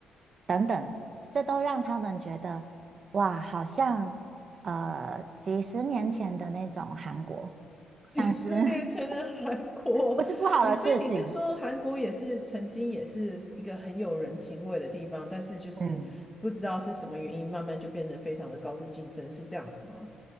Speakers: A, on the right; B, in the centre.
A: 等等，这都让他们觉得哇，好像呃几十年前的那种韩国，
B: <laughs>
A: 像是
B: 几十年前的韩国，
A: <laughs>。不是不好的事情，
B: 你所以你是说韩国也是曾经也是一个很有人情味的地方，但是就是不知道是什么原因，
A: 嗯，
B: 慢慢就变成非常的高度竞争，是这样子吗？